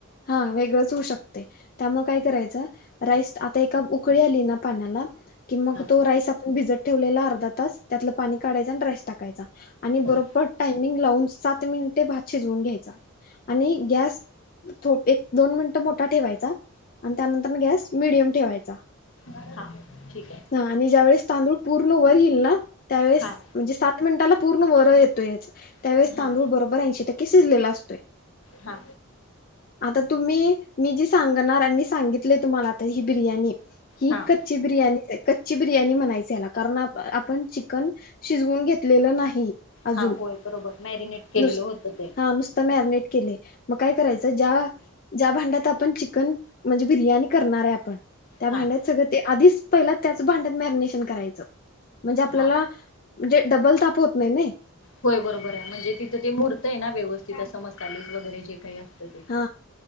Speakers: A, on the left; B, on the left.
A: हा वेगळंच होऊ शकतय. त्यामुळ काय करायचं, राईस आता एका उकळी आली ना पाण्याला कि मग
B: हां
A: तो राईस आप भिजत ठेवलेला अर्धा तास, त्यातलं पाणी काढायच आणि राईस टाकायचा. आणि
B: हं.
A: बरोबर टायमिंग लावून सात मिनिटे भात शिजवून घ्यायचा. आणि गॅस थो एक दोन मिनिटं मोठा ठेवायचा, आणि त्यानंतरन गॅस मिडियम ठेवायचा.
B: हां ठीक आहे
A: हा आणि ज्यावेेळेस तांदूळ पूर्ण वर यील ना? त्यावेळेस
B: हां
A: म्हणजे सात मिनटाला पूर्ण वर येतोयच. त्यावेळेस
B: हां
A: तांदूळ बरोबर ऐंशी टक्क शिजलेला असतोय.
B: हा.
A: आता तुम्ही, मी जिस सांगणार आणि सांगितलय तुम्हाला आता ही बिर्याणीये ही
B: हां
A: कच्ची बिर्याणीचाय कच्ची बिर्याणी म्हनायच याला कारण आप आपण चिकन शिजवून घेतलेलं नाही. अजून
B: हां होय बरोबर मॅरिनेट केलेलं
A: नुस
B: होतं ते
A: हा नुसत मॅरिनेट केलेय. काय करायचं ज्या ज्या भांड्यात आपण चिकन म्हणजे बिर्याणी करणारे आपण त्या भांड्यात
B: हां
A: सगळं ते आधीच पहिला त्याच भांड्यात मॅरिनेशन करायचं म्हणजे आपल्याला
B: हां
A: म्हणजे डबल ताप होत नाही नाही.
B: होय बरोबराय म्हणजे तिथं ते मुरतंय ना व्यवस्थित असं मसालेच वगैरे जे काही ते
A: हा